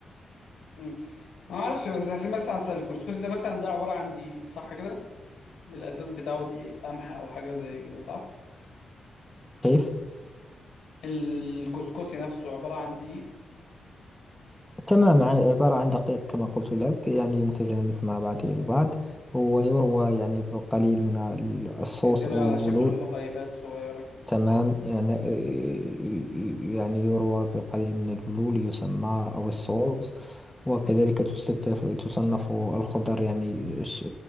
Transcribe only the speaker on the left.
مم. ما اعرفش بس حاسس مثلا أصل الكسكسي ده مثلا ده عبارة عن دقيق صح كده بالاساس بتاعه دقيق قمح او حاجة زي كده صح
الكسكسي نفسه عبارة عن دقيق
بيتعمل
على
شكل حبيبات صغيرة كده